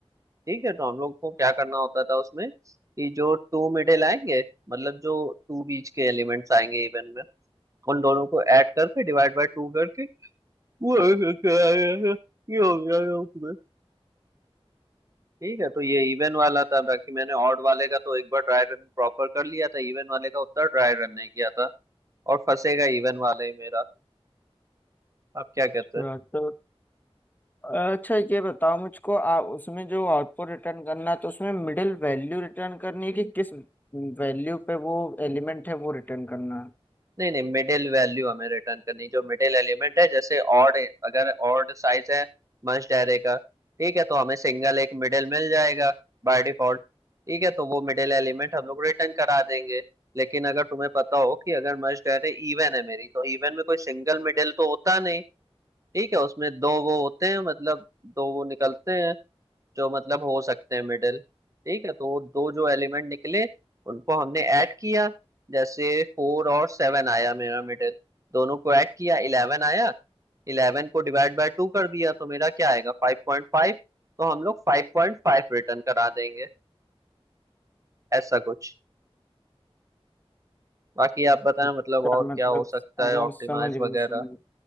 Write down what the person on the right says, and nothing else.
ठीक है तो हम लोग को क्या करना होता था उसमें कि जो टू मिडिल आएंगे मतलब जो टू बीच के एलिमेंट्स आएंगे इवन में उन दोनों को ऐड करके डिवाइड बाय टू करके वो ऐसे क्या है? ये हो गया है उसमें ठीक है तो ये इवन वाला था बाकी मैंने ऑड वाले का तो एक बार ट्राई रन प्रॉपर कर लिया था इवन वाले का उतना ट्राई रन नहीं किया था और फंसेगा इवन वाले ही मेरा आप क्या
कहते हो
नहीं नहीं मिडिल वैल्यू हमें रिटर्न करनी जो मिडिल एलिमेंट है जैसे ऑड अगर ऑड साइज है मस्ट ऐरे का ठीक है तो हमें सिंगल एक मिडिल मिल जाएगा बाय डिफॉल्ट ठीक है तो वो मिडिल एलिमेंट हम लोग रिटर्न करा देंगे लेकिन अगर तुम्हें पता हो कि अगर मस्ट ऐरे इवन है मेरी तो इवन में कोई सिंगल मिडिल तो होता नहीं ठीक है उसमें दो वो होते हैं मतलब दो वो निकलते हैं जो मतलब हो सकते हैं मिडिल ठीक है तो वो दो जो एलिमेंट निकले उनको हमने ऐड किया जैसे फोर और सेवन आया मेरा मिडिल दोनों को ऐड किया इलेवन आया इलेवन को डिवाइड बाय टू कर दिया तो मेरा क्या आएगा फाइव पॉइंट फाइव तो हम लोग फाइव पॉइंट फाइव रिटर्न करा देंगे ऐसा कुछ बाकी आप बताएं
मतलब और
क्या हो सकता
है ऑप्टिमाइज
वगैरह